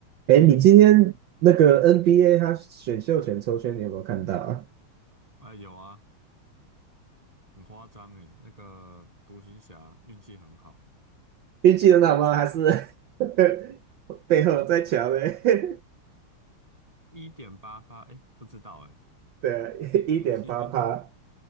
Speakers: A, on the right; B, on the right.
A: 哎，你今天那个 NBA 他选秀权抽签，你有没有看到啊？
B: 哎，有啊，很夸张诶，那个独行侠运气很好，
A: 运气很好吗？还是 <laughs> 背后在抢嘞？
B: 运运一点八发，哎，不知道哎，
A: <laughs> 对啊，一点八趴，
B: 运气运气